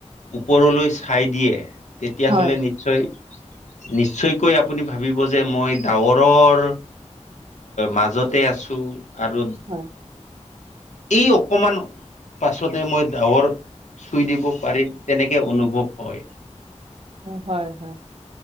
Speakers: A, on the left; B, on the right.
A: ওপৰলৈ চাই দিয়ে তেতিয়াহলে
B: হয়
A: নিশ্চয় নি নিশ্চয়কৈ আপুনি ভাবিব যে মই ডাৱৰৰ মাজত তে আছো আৰু
B: হয়
A: এই অকমান পাছতে মই ডাৱৰ চুই দিব পাৰিম তেনেকে অনুভৱ হয়।
B: হয় হয়